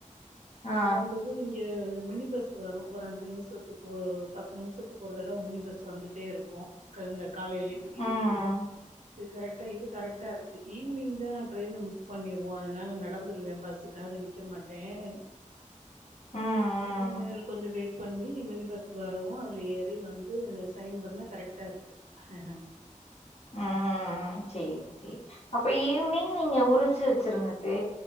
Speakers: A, on the left; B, on the right.
A: ஆ.
B: வந்ததும் இங்க மினி பஸ் வரும் ஒரு அஞ்சு நிமிஷத்துக்கு பத்து நிமிஷத்துக்கு ஒரு தடவை மினி பஸ் வந்துட்டே இருக்கும் கந்தக் காலையிலிமிங்மிங்கோ
A: ம்.
B: இது கரெக்டா இது கரெக்டா இருக்கு ஈவினிங் தான் ட்ரையின மிஸ் பண்ணிருவோம் அதனால நடந்துடுவேன் பஸ்சுக்காக நிக்க மாட்டேன்
A: ம், ம்.
B: கொஞ்சம் நேரம் கொஞ்சம் வேட் பண்ணி மினி பஸ் வரவும் அதுல ஏறி வந்து சைன் பண்ணா கரெக்டா இருக்கு ஆஹ்ஹ
A: உம் சேரி சேரி அப்ப ஈனிங் நீங்க உரிச்சு வச்சிருங்கதே